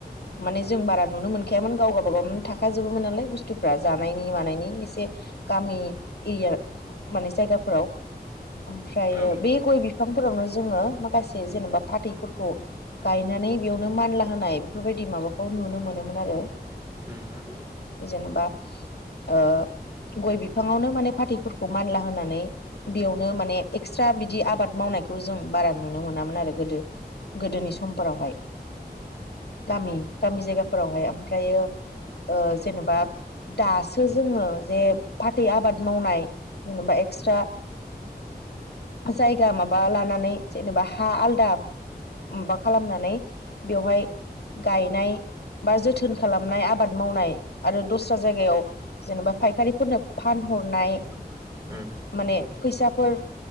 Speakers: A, on the left; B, on the right.
A: माने जों बारा नुनो मोन खायामोन गाव गाबागाव थाखाजोबोमोन नालाय बुस्थुफ्रा जानायनि मानायनि एसे गामि एरिया माने जायगाफोराव। ओमफ्रायो
B: औ उम
A: बे गय बिफांफोरावनो जोङो माखासे जेनेबा फाथैफोरखौ गायनानै बेयावनो मानला होनाय बेफोरबायदि माबाखौ नुनो मोनोमोन आरो।
B: होम।
A: जेनेबा ओ गय बिफाङावनो माने फाथैफोरखौ मानला होनानै बेयावनो माने एक्सट्रा बिदि आबाद माव नायखौ जों बारा नुनो मोनामोन आरो गोदो गोदोनि समफोरावहाय। गामि गामि जायगाफोरावहाय ओमफ्रायो ओ जेनेबा दासो जोङो जे फाथै आबाद मावनाय जेनेबा एक्सट्रा जायगा माबा लानानै जेनेबा हा आलदा माबा खालामनानै बेवहाय गायनाय बा जोथ थोन खालामनाय आबाद मावनाय आरो दस्रा जायगायाव जेनेबा फायखारिफोरनो फानहरनाय
B: <inaudible>
A: माने फैसाफोर